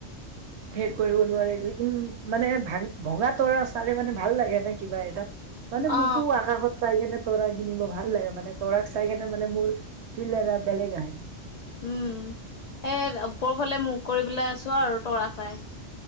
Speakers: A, on the right; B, on the left.
A: শেষ কৰিব নোৱাৰিলে কিন মানে ভা ভঙা তৰা চালে মানে ভাল লাগে নে কিবা এটা। মানে মোকো
B: অ
A: আকাশত- চাই কেনে তৰা কিনিব ভাল লাগে মানে তৰাক চাই কিনে মানে মোৰ ফিল্ড এটা বেলেগ আহে।
B: উম' এ ওপৰফালে মোখ কৰি পেলাই আছো আৰু তৰা চাই।